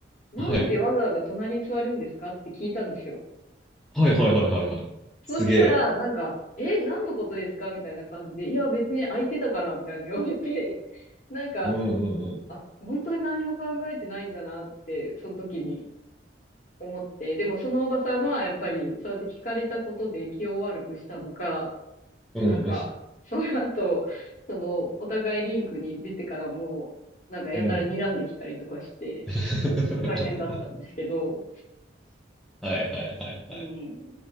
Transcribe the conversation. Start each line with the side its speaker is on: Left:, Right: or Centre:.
Left: なんでわざわざ隣に座るんですかって聞いたんですよ。
Centre: はい。はいはいはいはいはい。
Left: そうしたら、
Centre: すげえ。
Left: なんか、え、何のことですかみたいな感じで、いや、別に空いてたから、みたいに言われて、なんか、
Centre: うんうんうん。
Left: あ、本当に何も考えてないんだなって、その時に思って、でもそのおばさんは、やっぱり、そうやって聞かれたことで気を悪くしたのか、なんか、
Centre: うんうん。
Left: その後、その、お互いリンクに出てからもう、なんかやたら睨んできたりとかして、
Centre: うん <laughs>。
Left: 大変だったんですけど、
Centre: はいはいはいはい。
Left: うん、